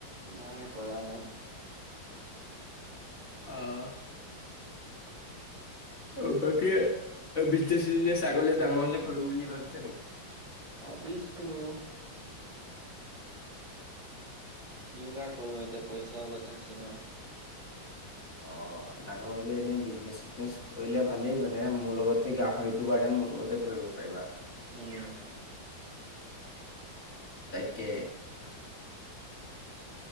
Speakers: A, on the right; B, on the left.
A: নাই কৰা নাই।
B: আহ অ তাকে বিজনেচ চজনেচ আগলে ডাঙৰ হলে কৰিম বুলি ভাবিছা নি
A: ভাবিছোঁ
B: <unintelligible>
A: কি বা কৰো এতিয়া পইচাৰ কথা আছে নহয়।
B: অ অ ডাঙৰ হলে এনে বিজনেচ চিজনেছ কৰিলে ভালেই মানে মোৰ লগতে গাহৰিতটো বাৰ মোৰ লগতে কৰিব ত পাৰিবা।
A: উম
B: তাকে